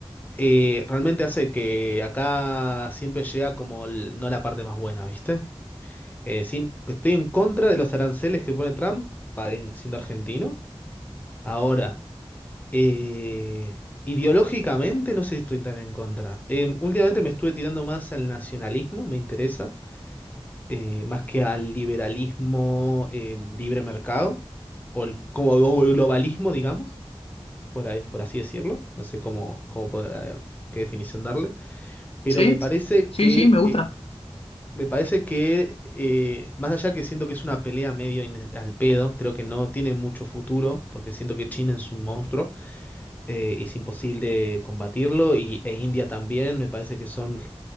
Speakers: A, on the left (about 15°); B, on the left (about 75°).
A: Eh, realmente hace que acá siempre llega como el- no la parte más buena, ¿viste? Eh, sin, estoy en contra de los aranceles que pone Trump, pa- en- siendo argentino. Ahora. Eh, ideológicamente no sé si estoy tan en contra. Eh, últimamente me estuve tirando más al nacionalismo, me interesa, eh, más que al liberalismo eh, libre mercado, o el- como o el globalismo, digamos, por ahí- por así decirlo. No sé cómo, cómo podrá- qué definición darle. Pero
B: Sí,
A: me parece
B: sí,
A: que,
B: sí, me gusta.
A: eh, me parece que eh, más allá que siento que es una pelea medio ine- al pedo, creo que no tiene mucho futuro, porque siento que China es un monstruo eh, es imposible combatirlo y, e India también, me parece que son